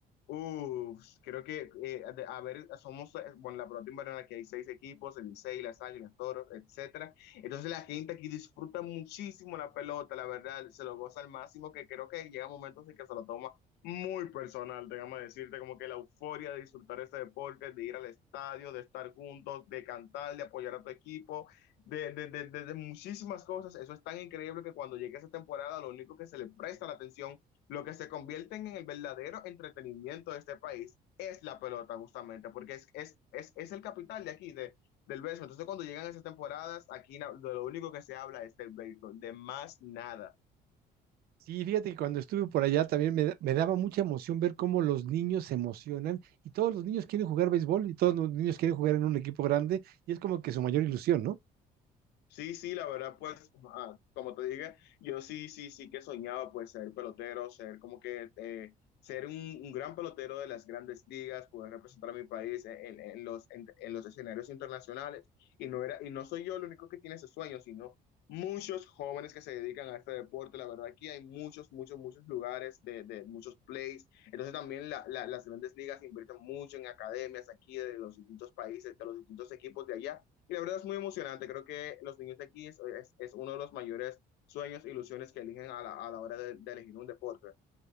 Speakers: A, on the left; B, on the right.
A: uff, creo que, eh, de- a ver, somos, eh, bueno, la pelota invernal, aquí hay seis equipos, el Licey, las Águilas, Toros, etcétera. Entonces, la gente aquí disfruta muchísimo la pelota, la verdad, se lo goza al máximo, que creo que llega momentos en que se lo toma muy personal, déjame decirte, como que la euforia de disfrutar este deporte, de ir al estadio, de estar juntos, de cantar, de apoyar a tu equipo, de, de, de, de- de muchísimas cosas. Eso es tan increíble que cuando llegue esa temporada, lo único que se le presta la atención, lo que se convierte en el verdadero entretenimiento de este país, es la pelota, justamente, porque es, es, es, es el capital de aquí, de, del béisbol. Entonces, cuando llegan esas temporadas, aquí na- de lo único que se habla es del béisbol, de más nada.
B: Sí, fíjate que cuando estuve por allá también me, da- me daba mucha emoción ver cómo los niños se emocionan y todos los niños quieren jugar béisbol y todos los niños quieren jugar en un equipo grande y es como que su mayor ilusión, ¿no?
A: Sí, sí, la verdad, pues, ah, como te dije, yo sí, sí, sí que soñaba, pues, ser pelotero, ser como que, eh, ser un, un gran pelotero de las grandes ligas, poder representar a mi país en, en- en los, en, en los escenarios internacionales. Y no era, y no soy yo el único que tiene ese sueño, sino muchos jóvenes que se dedican a este deporte. La verdad, aquí hay muchos, muchos, muchos lugares de, de muchos plays. Entonces, también la- la- las grandes ligas invierten mucho en academias aquí de los distintos países, de los distintos equipos de allá y la verdad es muy emocionante. Creo que los niños de aquí es, es, es uno de los mayores sueños, ilusiones que eligen a la, a la hora de, de elegir un deporte.